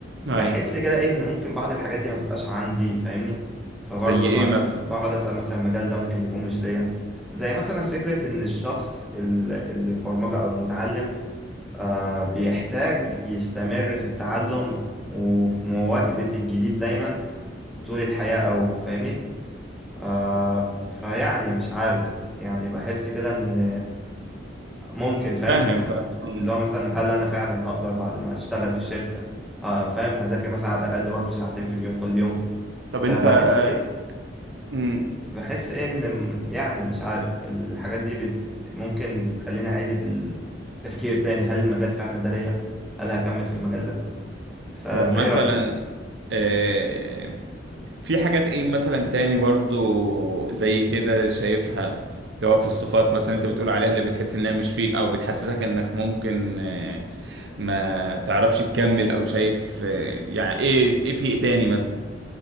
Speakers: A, in the centre; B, on the right.
A: بحس
B: ايوه
A: كده ايه ان ممكن بعض الحاجات دي ما تبقاش عندي فاهمني فبرضه
B: زي ايه
A: ب-
B: مثلا
A: بقعد اسأل مثلا المجال ده ممكن يكون مش ليا زي مثلا فكرة ان الشخص ال- اللي البرمجة او المتعلم آه، بيحتاج يستمر في التعلم وفي مواكبة الجديد دايما طول الحياة أو فاهمني آه فيعني مش عارف يعني بحس كده إن ممكن فاهم
B: فاهم فاهم
A: اللي
B: أمم.
A: هو مثلا هل أنا فعلا هقدر بعد ما أشتغل في الشركة آه فاهم هذاكر مثلا على الأقل برضه ساعتين في اليوم كل يوم
B: طب
A: فبحس
B: انت آه،
A: إيه
B: مم.
A: بحس إيه إن م- يعني مش عارف الحاجات دي بت ممكن بتخليني أعيد التفكير تاني هل المجال فعلا ده ليا؟ هل هكمل في المجال ده؟ فانت
B: طب مثلا
A: ايه رأيك
B: آه، في حاجات ايه مثلا تاني برضو زي كده شايفها اللي هو في الصفات مثلا انت بتقول عليها اللي بتحس انها مش فيك او بتحسسك انك ممكن آه، ما تعرفش تكمل او شايف آه، يعني ايه ايه في ايه تاني